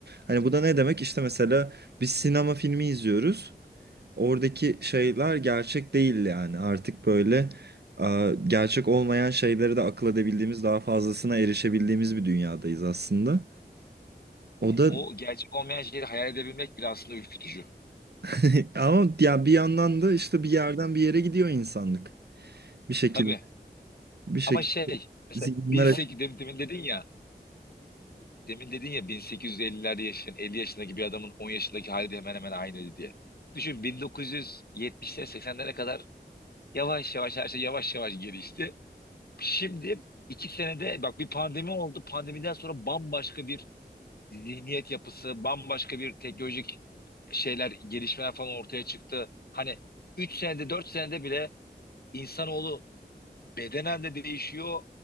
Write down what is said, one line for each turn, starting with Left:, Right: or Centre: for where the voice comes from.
Right: Hani bu da ne demek işte mesela biz sinema filmi izliyoruz oradaki şeyler gerçek değil yani artık böyle e, gerçek olmayan şeyleri de akıl edebildiğimiz daha fazlasına erişebildiğimiz bir dünyadayız aslında. O da
Left: o gerçek olmayan şeyleri hayal edebilmek bile aslında ürkütücü.
Right: <laughs> ama ya bir yandan da işte bir yerden bir yere gidiyor insanlık bir şekilde
Left: Tabii.
Right: bir şekilde
Left: Ama şey mesela
Right: zihinler
Left: 18 dem- demin dedin ya demin dedin ya 1850'lerde yaşayan 50 yaşındaki bir adamın 10 yaşındaki hali de hemen hemen aynıydı diye. Düşün 1970'lere 80'lere kadar yavaş yavaş her şey yavaş yavaş gelişti. Şimdi iki senede bak bir pandemi oldu. Pandemiden sonra bambaşka bir zihniyet yapısı, bambaşka bir teknolojik şeyler, gelişmeler falan ortaya çıktı. Hani 3 senede 4 senede bile insanoğlu bedenen de değişiyor,